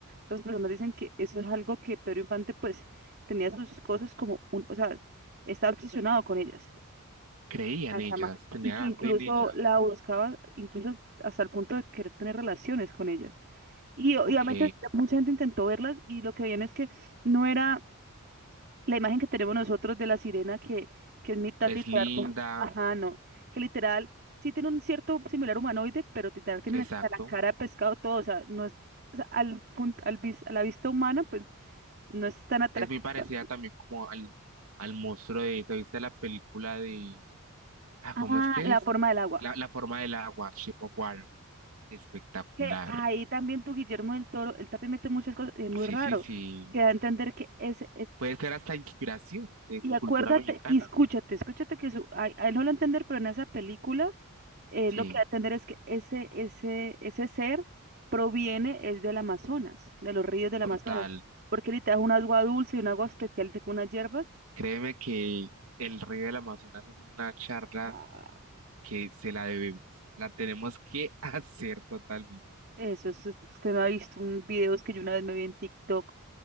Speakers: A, on the right; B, on the right.
A: Las personas dicen que eso es algo que Pedro Infante, pues, tenía sus cosas como un, o sea, estaba obsesionado con ellas,
B: Creía
A: las
B: en ellas,
A: ama,
B: tenía
A: y que
B: la
A: incluso
B: fe en ellas.
A: la buscaba, incluso hasta el punto de querer tener relaciones con ellas. Y obviamente
B: Ok,
A: mucha gente intentó verlas y lo que veían es que no era la imagen que tenemos nosotros de la sirena que, que es mitad
B: es
A: literal.
B: linda,
A: mo- Ajá, no. Que literal sí tiene un cierto similar humanoide, pero literal tiene
B: exacto.
A: la, la cara de pescado todo. O sea, no es, o sea, al punto, al vis- a la vista humana, pues no es tan atractiva.
B: Es muy parecida también como al, al monstruo de, ¿te viste la película de, ah,
A: Ah,
B: ¿cómo es que
A: la
B: es?
A: forma del agua.
B: La, la forma del agua, Shape of Water, espectacular.
A: Que ahí también tu Guillermo del Toro, él también mete muchas cosas, es muy
B: Sí,
A: raro,
B: sí, sí.
A: que da a entender que es,
B: Puede ser hasta inspiración de
A: Y
B: su
A: acuérdate,
B: cultura mexicana.
A: y escúchate, escúchate que su, a, a él no lo va a entender, pero en esa película eh,
B: Sí,
A: lo que va a entender es que ese, ese, ese ser proviene es del Amazonas, de los ríos del
B: total.
A: Amazonas, porque él te da un agua dulce y un agua especial de unas hierbas.
B: Créeme que el río del Amazonas es una charla
A: Ah,
B: que se la debemos. La tenemos que <laughs> hacer totalmente.
A: eso es- usted me ha visto un videos que yo una vez me vi en TikTok.